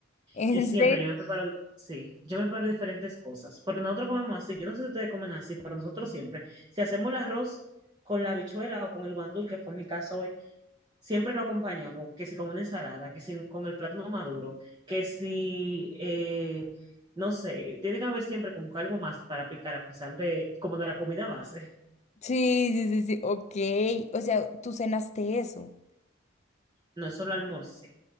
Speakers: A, on the left (about 35°); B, on the right (about 20°).
A: <laughs> ¿En
B: Y siempre
A: serio?
B: yo me preparo, di- sí, yo me preparo diferentes cosas. Porque nosotros comemos así, yo no sé si ustedes comen así, pero nosotros siempre, si hacemos el arroz con la habichuela o con el guandul, que fue mi caso hoy, siempre lo acompañamos, que si con una ensalada, que si con el plátano maduro, que si, eh, no sé, tiene que haber siempre como que algo más para picar a pesar de, como de la comida base.
A: Sí, sí, sí, sí, ok. O sea, tú cenaste eso.
B: No es solo almuerzo.